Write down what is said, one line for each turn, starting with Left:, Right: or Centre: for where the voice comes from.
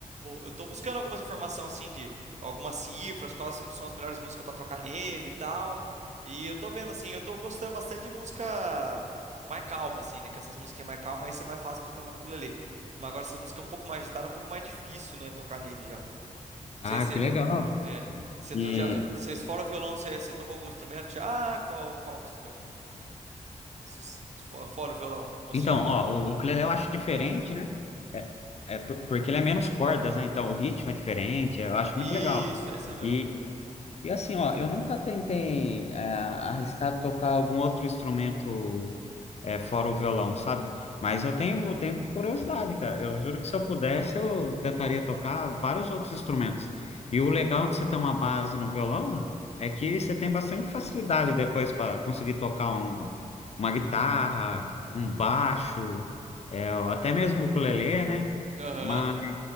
Right: eu tô buscando algumas informações, assim, de algumas cifras, quais são são as melhores músicas para trocar nele e tal. E eu tô vendo assim, eu tô gostando bastante de música mais calma assim, né? Que essas musiquinhas mais calmas aí ser mais fácil pra você tocar no ukulele. Mas agora essas músicas um pouco mais agitadas, é um pouco mais difícil, né, tocar nele já. Não
Left: Ah,
Right: sei se
Left: que legal.
Right: é. Você
Left: E
Right: to, já, você, fora o violão, você, você tocou algum instrumento? Já? Ah, Qual, qual instrumento? Se- se for- Fora o violão ou
Left: então,
Right: só o
Left: ó,
Right: violão?
Left: o, o ukulele eu acho diferente, né? É por- porque ele é menos cordas, né? Então o ritmo é diferente. Eu acho
Right: Isso,
Left: muito legal.
Right: é isso aí mesmo.
Left: E, e assim, ó, eu nunca tentei é, arriscar tocar algum outro instrumento é, fora o violão, sabe? Mas eu tenho, eu tenho curiosidade, cara. Eu juro que se eu pudesse, eu tentaria tocar vários outros instrumentos. E o legal de você ter uma base no violão é que você tem bastante facilidade depois para conseguir tocar um- uma guitarra, um baixo, é, até mesmo o ukulele, né?
Right: Aham.
Left: Mas